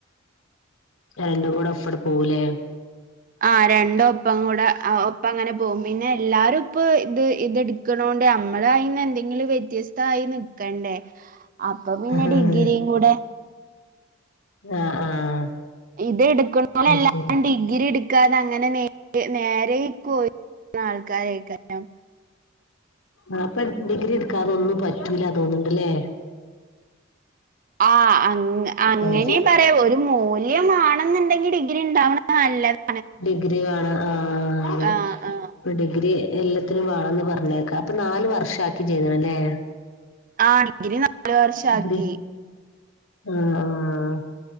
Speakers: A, on the left (about 75°); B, on the right (about 40°).
A: രണ്ട കൂടെ അപ്പടെ പോവു ലെ
B: ആഹ് രണ്ട ഒപ്പം കൂടെ ഒപ്പ അങ്ങനെ പോകും പിന്നെ എല്ലാരും ഇപ്പ ഇത് ഇത് എടുക്കണണ്ട് നമ്മള് അയിന് എന്തെങ്കിലും വ്യത്യസ്ത ആയി നിക്കണ്ടേ അപ്പൊ പിന്നെ
A: ആഹ്
B: ഡിഗ്രിയും കൂടെ
A: ആഹ് ആഹ്
B: ഇത് എടുക്ക് ണോൽ
A: അത്
B: എല്ലരും
A: ശരി
B: ഡിഗ്രി ഡിഗ്രി എടുക്കാതെ അങ്ങനെ നേ നേരെയി ആൾക്കാരെക്കാം
A: ആഹ് അപ്പൊ ഡിഗ്രി എടുക്കാതൊന്നും പറ്റൂല തോന്നണ്ടല്ലേ
B: ആഹ് അങ്ങനെ
A: ആഹ്
B: പറയാ ഒരു മൂല് ല്യം മാണം എന്നുണ്ടെങ്കിൽ ഡിഗ്രി ഉണ്ടാവണ നല്ലത്
A: ഡിഗ്രി വേണം ആഹ് അതെ
B: ആ ആ
A: ഡിഗ്രി എല്ല ത്തി വേണംന്ന് പറഞ്ഞേക്ക അപ്പൊ നാല് വർഷം ആക്കി ചെയ്തണല്ലേ
B: ആഹ് ഡിഗ്രി നാല് വർഷം
A: ഡിഗ്രി
B: ആക്കി
A: ആഹ് ആഹ്